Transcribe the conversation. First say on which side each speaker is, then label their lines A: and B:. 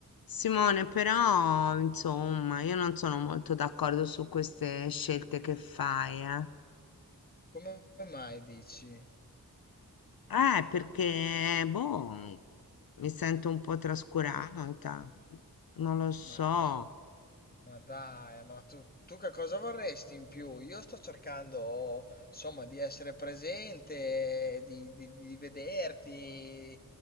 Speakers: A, on the left; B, on the left.
A: Simone, però, insomma, io non sono molto d'accordo su queste scelte che fai, eh.
B: Come mai dici?
A: Eh, perché, boh, mi sento un po' trascurata, non lo so.
B: Ma no, ma dai, ma tu, tu che cosa vorresti in più? Io sto cercando, insomma, di essere presente, di, di- di vederti,